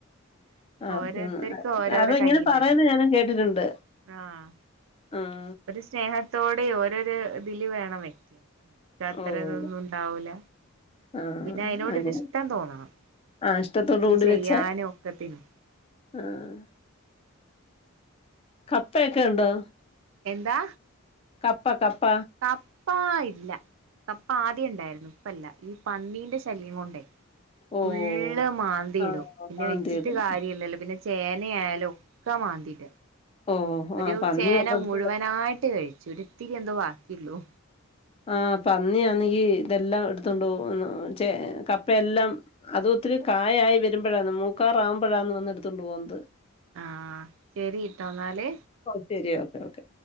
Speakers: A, on the left; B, on the right.
A: ആഹ്
B: ഓരോരുത്തർക്കും ഓരോരോ
A: അത് ഇങ്ങനെ
B: കൈയിന്റെതാ
A: പറയുന്നെ ഞാനും കേട്ടിട്ടുണ്ട്
B: ആഹ്
A: ഉം
B: ഒരു സ്നേഹത്തോടെ ഓരൊരു ഇതില് വേണം വ്യക്കാൻ ക്കത്ര
A: ഓഹ്
B: ഇതൊന്നും ഇണ്ടാവൂല.
A: ആഹ്
B: പിന്നെ അയ്നോടൊര്
A: അങ്ങനെ
B: ഇഷ്ടം തോന്നണം.
A: ആഹ് ഇഷ്ടത്തോടു
B: കൃഷി
A: കൂടി
B: ചെയ്യാനും
A: വെച്ചാ
B: ഒക്കെത്തിനും.
A: ആഹ് കപ്പയൊക്കെ ഉണ്ടോ
B: എന്താ
A: കപ്പ കപ്പ
B: കപ്പ ഇല്ല. കപ്പ ആദ്യം ഇണ്ടായിരുന്നു ഇപ്പയില്ല ഈ പന്നീന്റെ ശല്യം കൊണ്ടേ
A: ഓഹ്
B: ഉള്ള് മാന്തി
A: ആഹ്
B: ഇടും പിന്നെ
A: മാന്തിയിടും
B: വെച്ചിട്ട് കാര്യല്ലല്ലോ. പിന്നെ ചേനയായാലും ഒക്കെ മാന്തിടാ
A: ഓഹ്
B: ഒരു
A: ആഹ് പന്നി
B: ചേന
A: ഉള്ളത്
B: മുഴുവനായിട്ട് കഴിച്ചു ഒരിത്തിരി എന്തോ ബാക്കിള്ളൂ
A: ആഹ് പന്നിയാന്നെങ്കി ഇതെല്ലാം എടുത്തോണ്ട്പോവും ചെ കപ്പയെല്ലാം അത് ഒത്തിരി കായായി വരുമ്പോഴാന്ന് മൂക്കാറാകുമ്പഴാന്ന് വന്ന് എടുത്തൊണ്ട് പോകുന്നത്.
B: ആഹ് ശരിട്ടൊന്നാല്
A: ഓഹ് ശെരി ഓക്കെ ഓക്കെ